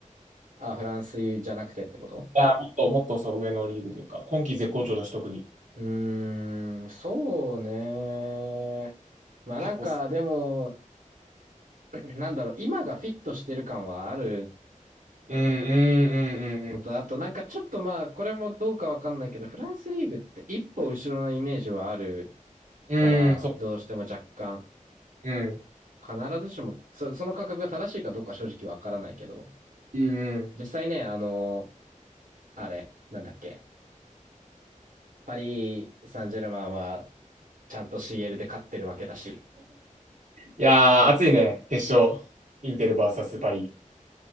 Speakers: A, on the right; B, on the right.
A: あ、フランスじゃなくてってこと
B: や、もっと、もっとそう、上のリーグというか、今季絶好調だし、特に。
A: うーん、そうね。まあなんか、
B: 結構す、
A: でも、<clears throat> なんだろう、今がフィットしてる感はある
B: うん、うん、
A: のと、
B: うん、
A: あとなんかちょっとまあ、これもどうかわかんないけど、フランスリーグって一歩後ろのイメージはある
B: うん、
A: から、
B: うん。うん、そ
A: どうしても若干、
B: う、うん、
A: 必ずしも、そ、その感覚が正しいかどうか正直わからないけど、
B: うん、うん。
A: 実際ね、あの、あれ、なんだっけ、パリ・サンジェルマンは、ちゃんと CL で勝ってるわけだし、
B: いやー、熱いね、決勝。インテル VS パリ。